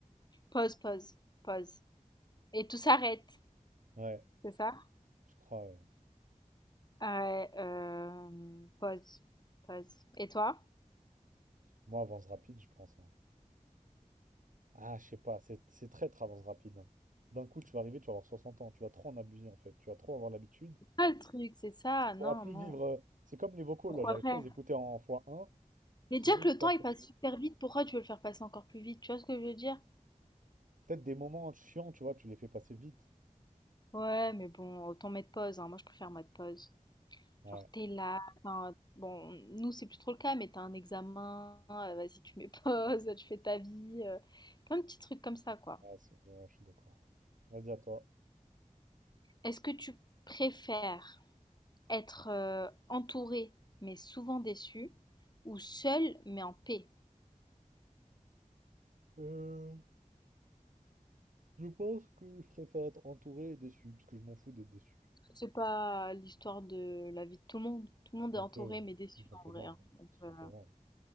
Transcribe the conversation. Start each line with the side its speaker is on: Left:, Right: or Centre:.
Left: Pause pause pause. Et tout s'arrête.
Right: Ouais,
Left: C'est ça?
Right: je crois, ouais.
Left: Ah ouais, euh, pause, pause. Et toi?
Right: Moi, avance rapide, je pense. hein. Ah, je sais pas, c'est c'est très traverse rapide. hein. D'un coup, tu vas arriver, tu vas avoir 60 ans, tu vas trop en abuser en fait, tu vas trop avoir l'habitude,
Left: Ah, le truc, c'est ça.
Right: tu
Left: Non,
Right: pourras plus
Left: non.
Right: vivre. euh, C'est comme les vocaux
Left: Pourquoi
Right: là, j'arrive
Left: faire?
Right: plus à les écouter en fois un
Left: Mais
Right: je
Left: déjà
Right: suis obligé
Left: que
Right: d'écouter
Left: le temps
Right: en
Left: il
Right: x
Left: passe super vite, pourquoi tu veux le faire passer encore plus vite? Tu vois ce que je veux dire?
Right: Peut-être des moments chiants, tu vois, tu les fais passer vite.
Left: Ouais, mais bon, autant mettre pause. hein. Moi, je préfère mettre pause.
Right: Ouais,
Left: Genre, t'es là. t'as un- Bon, nous, c'est plus trop le cas, mais t'as un examen. euh, vas-y, tu mets <laughs> pause, tu fais ta vie. euh, plein de petits trucs comme ça, quoi.
Right: ouais, c'est vrai, ouais, je suis d'accord. Vas-y, à toi.
Left: Est-ce que tu préfères être euh, entouré, mais souvent déçu, ou seul, mais en paix?
Right: Euh, je pense que je préfère être entouré et déçu, parce que je m'en fous d'être déçu.
Left: C'est pas l'histoire de la vie de tout le monde. Tout le monde
Right: Un
Left: est entouré
Right: peu, euh,
Left: mais déçu
Right: tout simplement,
Left: en vrai. hein.
Right: hein,
Left: Donc
Right: tout simplement.
Left: euh,